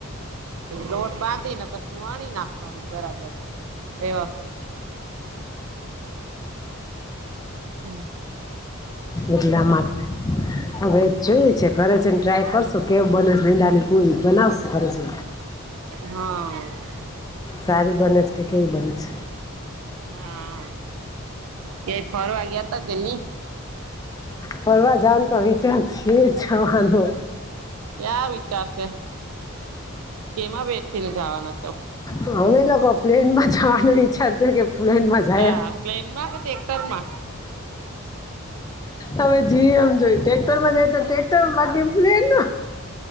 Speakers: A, on the right; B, on the left.
A: લોટ બાંધી ને પછી વણી નાખવાની બરાબર વ્યવસ્થિત હમ
B: એટલામાં હવે જોઈ છે ઘરે છે ને ટ્રાય કરશુ તો કેવું બનેશ મેદાની પૂરી બનાવશ ખરે છે
A: હા
B: સારી બને છે કે કેઈ બને છે
A: હા ક્યાંય ફરવા ગયા તા કે ની
B: ફરવા જાવનો તો વિચાર છે જાવાનો
A: ક્યા વિચારશે કેમાં બેઠી ને જવાના સો
B: મમ્મી લોકો પ્લેન માં જવાનું વિચારેછે કે પ્લેન માં જાય
A: હા પ્લેનમાં કે ટેક્ટરમાં
B: હવે જી હમ જોયી ટેક્ટર માં જાય તો ટ્રેક્ટર માં બાકી પ્લેન